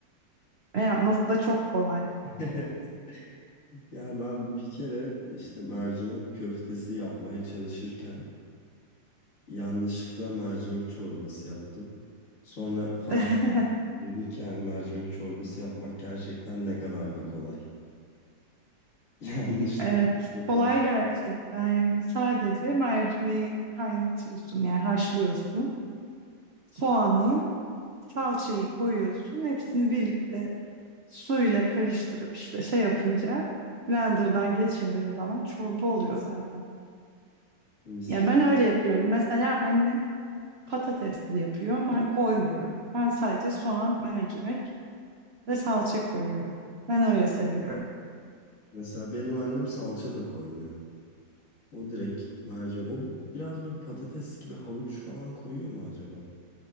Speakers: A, on the right; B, on the left.
A: Ve yapması da çok kolay.
B: <laughs> Ya ben bir kere işte mercimek köftesi yapmaya çalışırken yanlışlıkla mercimek çorbası yaptım. Sonra fark
A: <laughs>
B: ettim ki yani mercimek çorbası yapmak gerçekten ne kadar da kolay. <laughs> Yanlışlıkla
A: Evet,
B: yapabilirim
A: kolay gerçekten yani sadece mercimeği kaynatıyorsun yani haşlıyorsun. Soğanı, salçayı koyuyorsun. Hepsini birlikte suyla karıştırıp işte şey yapınca blenderdan geçirdiğin zaman çorba oluyor zaten.
B: mis
A: Ya
B: gibi.
A: ben öyle yapıyorum. Mesela annem patatesli yapıyor. Ben koymuyorum. Ben sadece soğan, mercimek ve salça koyuyorum. Ben öyle seviyorum.
B: Mesela benim annem salça da koymuyor. O direkt mercimek. O biraz böyle patates gibi havuç falan koyuyor mu acaba?